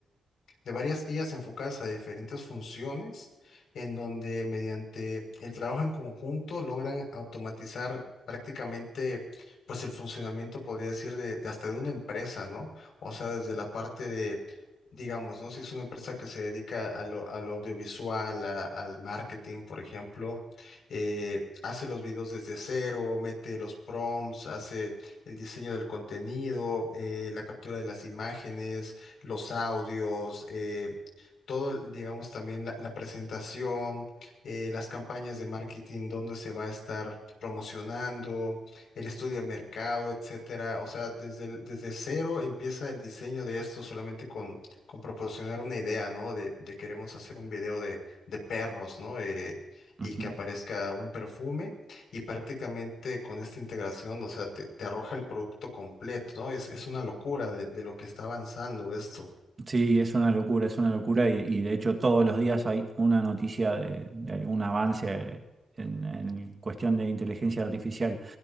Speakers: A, on the left; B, on the right.
A: de varias IAs enfocadas a diferentes funciones, en donde mediante el trabajo en conjunto logran automatizar prácticamente pues el funcionamiento, podría decir, de, de hasta de una empresa, ¿no? O sea, desde la parte de, digamos, ¿no? Si es una empresa que se dedica a lo, a lo audiovisual, a- al marketing, por ejemplo, eh, hace los videos desde cero, mete los prompts, hace el diseño del contenido, eh, la captura de las imágenes los audios, eh, todo, digamos, también la, la presentación, eh, las campañas de marketing, dónde se va a estar promocionando, el estudio de mercado, etcétera. O sea, desde, el- desde cero empieza el diseño de esto solamente con, con proporcionar una idea, ¿no? De, de queremos hacer un video de, de perros, ¿no? Eh, y
B: Ujú.
A: que aparezca un perfume y prácticamente con esta integración, o sea, te, te arroja el producto completo, ¿no? Es, es una locura de, de lo que está avanzando esto.
B: Sí, es una locura, es una locura y, y de hecho todos los días hay una noticia de, de algún avance en, en cuestión de inteligencia artificial.